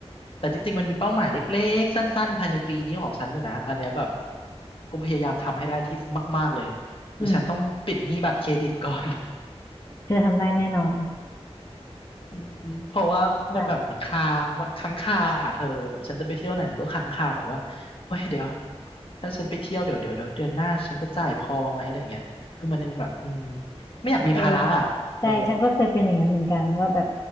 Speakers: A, on the left; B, on the left.
A: แต่จริงๆมันมีเป้าหมายเล็กๆสั้นๆภายในปีนี้ของฉันอยู่นะอันเนี้ยแบบก็พยายามทำให้ได้ที่มากๆเลยคือฉันต้องปิดหนี้บัตรเครดิตก่อน
B: อืมเธอทำได้แน่นอน
A: อืมอืมเพราะว่ามันแบบมันคามันค้างคาอะเธอแบบฉันจะไปเที่ยวไหนมันก็ค้างคาแบบว่าเฮ้ยเดี๋ยว
B: ใช่
A: ถ้าฉันไปเที่ยวเดี๋ยวเดี๋ยวเดี๋ยวเดือนหน้าฉันจะจ่ายพอไหมอะไรเงี้ยคือมันยังแบบอืมไม่อยากมีภาระอ่ะเออ
B: เออใช่ฉันก็เคยเป็นอย่างนั้นเหมือนกันว่าแบบ